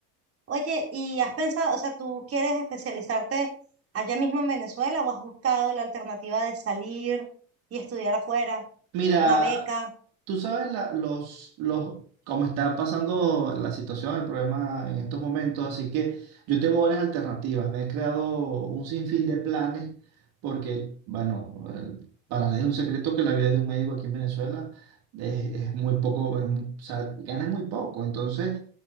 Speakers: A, on the right; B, on the right.
A: Oye, ¿y has pensado, o sea, tú quieres especializarte allá mismo en Venezuela o has buscado la alternativa de salir y estudiar afuera?
B: Mira,
A: Una beca,
B: tú sabes la- los, los, cómo está pasando la situación, el problema en estos momentos, así que yo tengo varias alternativas. Me he creado un sinfín de planes porque, bueno, el- para nadie es un secreto que la vida de un médico aquí en Venezuela es, es muy poco, es mu- o sea, gana muy poco. Entonces,